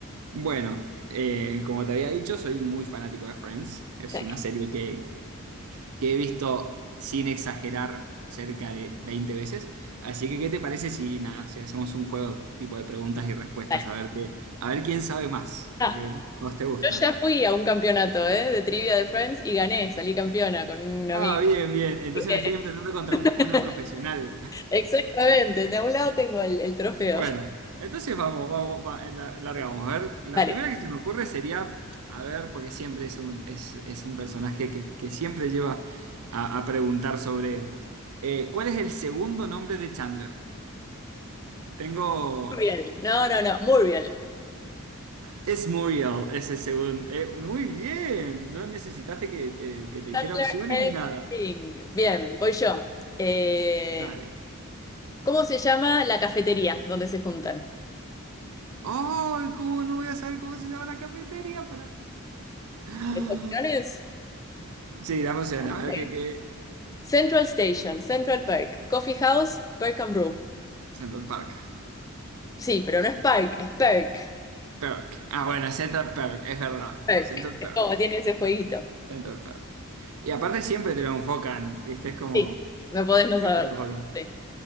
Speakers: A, on the right; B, on the left.
A: Bueno, eh, como te había dicho, soy muy fanático de Friends. Es
B: Sí.
A: una serie que, que he visto sin exagerar cerca de 20 veces. Así que, ¿qué te parece si, nada, si hacemos un juego tipo de preguntas y respuestas
B: Vale.
A: a ver qué, a ver quién sabe más?
B: Ah,
A: Porque a vos te gusta.
B: yo ya fui a un campeonato, ¿eh? de trivia de Friends y gané, salí campeona con una
A: Ah,
B: amiga.
A: bien, bien. Entonces
B: Así que-
A: me estoy enfrentando contra
B: <laughs>
A: un- una profesional.
B: Exactamente, de un lado tengo el, el trofeo.
A: Bueno, entonces vamos, vamos, va- eh, la- largamos. A ver, la
B: Dale,
A: primera que se me ocurre sería, a ver, porque siempre es un, es, es un personaje que, que siempre lleva a, a preguntar sobre él. Eh, ¿cuál es el segundo nombre de Chandler? Tengo...
B: Muriel. No, no, no, Muriel.
A: Es Muriel, ese segundo. Eh, muy bien, no necesitaste que te, que te dijera
B: Butler
A: opciones
B: and
A: ni nada.
B: Baking. Bien, voy yo. Eh,
A: Dale.
B: ¿cómo se llama la cafetería donde se juntan?
A: ¡Ay! ¿Cómo no voy a saber cómo se llama la cafetería? Para... <gasps>
B: ¿Tienes opciones?
A: Sí, dame opciones,
B: Ok.
A: a ver qué... qué...
B: Central Station, Central Park, Coffee House, Perk and Brew.
A: Central Park.
B: Sí, pero no es Park, es Perk.
A: Perk. Ah, bueno, Central Perk, es verdad.
B: Perk.
A: Central
B: Es
A: Perk.
B: como tiene ese jueguito.
A: Central Perk. Y aparte siempre te lo enfocan, ¿viste? Es como...
B: Sí, no podés no
A: Siempre
B: saberlo.
A: te lo enfocan.
B: Sí.